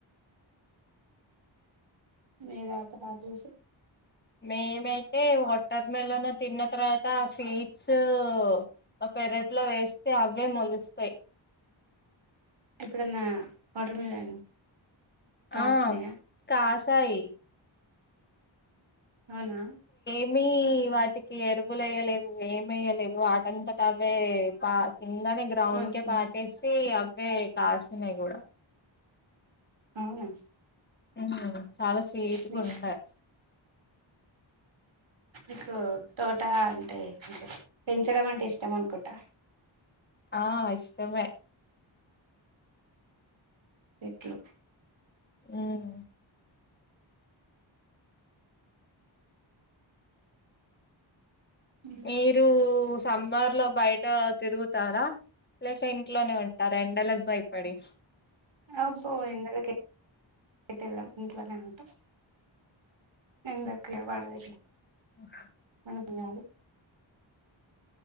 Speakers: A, on the right; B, on the left.
A: మీతాగుతరా జ్యూస్
B: మేమైతే వాటర్ మెలన్ తిన్న తర్వాత సీడ్స్, మా పెరట్లో వేస్తే అవే మొలుస్తయ్.
A: ఎప్పుడన్నా వాటర్ మిలన్ కాసినయా
B: ఆ కాసాయి
A: అవునా
B: మ్మీ వాటికి ఎరువులు ఎయ్యలేదు ఏమియ్యలేదు వాటంతటవే పా కిందనే గ్రౌండ్
A: మొలిచినయా
B: కే పాకేసి అవ్ వే కాసిన్నాయ్ కూడా
A: అవునా
B: హ్మ్ చాలా స్వీట్గా
A: మీ
B: ఉండయ్
A: మీకు తోట అంటే పెంచడం అంటే ఇష్టం అనుకుంటా
B: ఆ ఇష్టమే
A: ఏట్లు
B: హ్మ్మ్
A: మ్మ్.
B: మీరు సమ్మర్ లో బయట తిరుగుతారా లేక ఇంట్లోనే ఉంటారా, ఎండలకు భయపడి
A: అబ్బో ఎండలకి ఎటెళ్ళం ఇంట్లోనే ఉంటం ఎండక్ ఖిల బాగా రాసిన్
B: ఆహ్
A: తినాలి